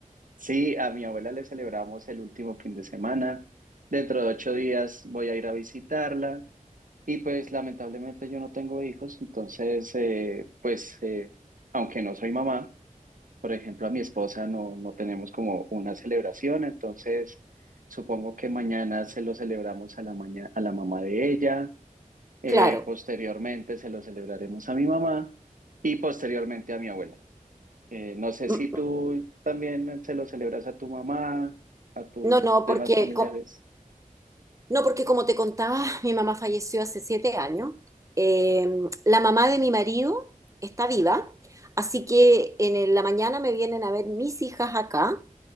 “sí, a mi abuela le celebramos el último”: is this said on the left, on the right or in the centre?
Right